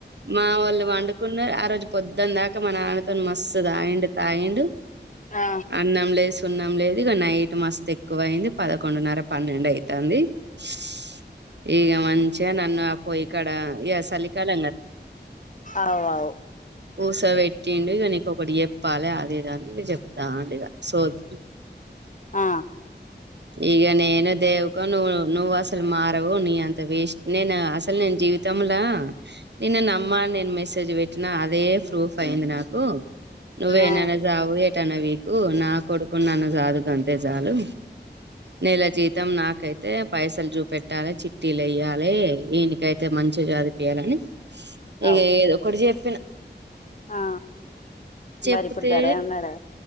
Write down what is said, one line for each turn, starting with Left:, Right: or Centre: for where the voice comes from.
Right: మా వాళ్ళు వండుకున్నారు ఆ రోజు పొద్ పొద్దున దాకా మన నాన్నతో మస్తు తాగిండు తాగిండు
Left: ఆ
Right: అన్నం లేసు సున్నం లేదు. ఇక నైట్ మస్తు ఎక్కువ అయింది. పదకొండున్నర పన్నెడు అయితాంది. స్ ఇగ మంచిగా నన్ను పోయికాడ ఏ చలికాల
Left: అవ్ అవ్
Right: ఊస పెట్టిండు. ఇక నీకు ఒకటి చెప్పాల అది, ఇద అని ఇవి చెప్తాండు. ఇగ సోది
Left: ఆ
Right: ఈగ నేను దేవకో నువు నువు అసలు మారవు. నీ అంత వేస్ట్ నే నా అసలు నేన్ జి జీవితములో నిన్న నమ్మని అని మెసేజ్ పెట్టినా అదే ప్రూఫ్ అయింది. నాకు నువ్యుయేడైన
Left: ఆ
Right: చావు. ఎటైనా పీకు నా కొడుకు నన్ను చాకుతుంటే చాలు. నెల జీతం నాకు. నాకైతే పైసలు చూపెట్టాలి, చిట్టీలు వే. ఈయనికైతే మంచిగా చదివిపోయాలని. ఇగ
Left: అవు
Right: ఏదో ఒకటి చెప్పిన.
Left: ఆ
Right: చెప్తే
Left: మరి ఇప్పుడు సరే అన్నాడా